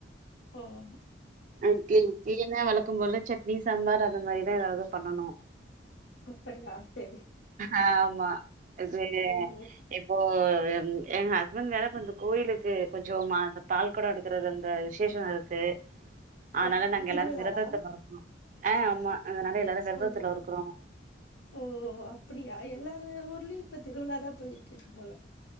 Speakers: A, on the left; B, on the right.
A: ஓஹோ
B: அன் டின் க்லீனா வழக்கம் போல சட்னி சாம்பார் அந்த மாரிதா ஏதாவ்து பண்ணனு
A: அப்படியா சரி
B: ஆமா இது
A: ம்
B: இப் போ எ எங்க ஹஸ்பண்ட் வேற இப்ப இந்த கோவிலுக்கு கொஞ்ச அ பால்கொட எடு க்கறது அந்த விசேஷ இருக்கு அதனால
A: அப்
B: நாங்க
A: திருவிழாவா
B: எல்லாரு விரதத்துல இருக்கோ ஆ ஆமா அதனால எல்லாரு விரதத்துல
A: ஓ
B: இருக்கிறோ
A: ஓ அப்படியா எல்லார ஊர்லயு இப்ப திருவிழாதா போயிட்டு இருக்கு போல